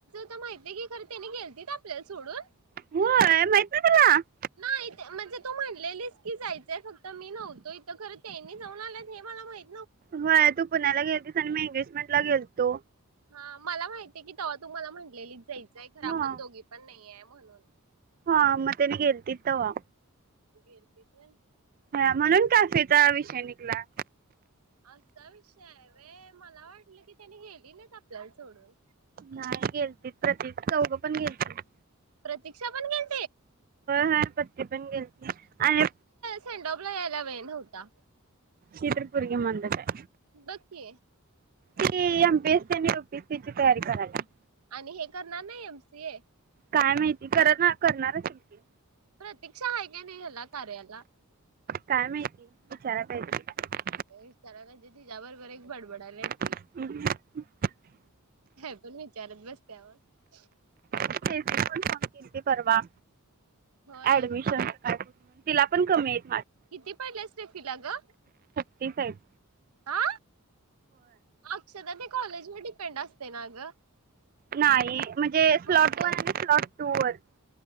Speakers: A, on the right (about 80°); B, on the right (about 40°).
A: माहिितय की खर त्याने गेलती आपल्याला सोडून?
B: हो माहीत नाही तुला.
A: नाही ते म्हणजे तू म्हणलेलीस की जायचंय फक्त मी नव्हतो इथ खरं त्यांनी जाऊन आला हे मला माहि
B: होय तू पुण्याला गेलतीस आणि म एगेज मेंटला गेलतो.
A: हा मला माहितीय की तेव्हा तु मला म्हटलेलीच जाईल जाई खर
B: हा
A: आपण दोघी पण नाहीेये. म्हणून.
B: हा म तेनी गेलतीत तवा
A: तू गेलतीस व्हय.
B: ह म्हणून कॅफेचा विषय निघला.
A: आसं विषय हाय व्हय. मला वाटलं की त्यांनी गेली ना आपल्याला सोडून
B: नाही गेलते, प्रतीच चौघं पण गेलतींत.
A: प्रतीक्षा पण गेल
B: होय पत्ती पण गेलती आणी
A: सेंडॉपला यायला वेळ नव्हता.
B: ही तर पोरगी मंदच हाय.
A: बघ की.
B: ती एम पी एस सी आणि यु पी एस सी ची तयारी कराल्या.
A: आणि हे करणार नाही एम सी ए?
B: काय माहिती करना करणारच हाय की.
A: प्रतीक्षा आहे का नाही ह्याला कार्याला?
B: काय माहिती, विचाराय पाहिजे.
A: विचाराय पाहिजे तिच्याबरोबर एक बडबडायला येत
B: <unintelligible>
A: काहीपण विचारत बसत्या बग.
B: तेजी पण फोन केलती परवा.
A: होय
B: ऍडमिशन <unintelligible> तिला पण कमीयत.
A: किती पडले असतील तिला ग?
B: T five.
A: आ! अक्षदा ते कॉलेजवर डिपेंड अस ते ना ग.
B: नाही म्हणजे स्लॉट
A: म्हणजे
B: वन आणि स्लॉट टूवर्ड्स.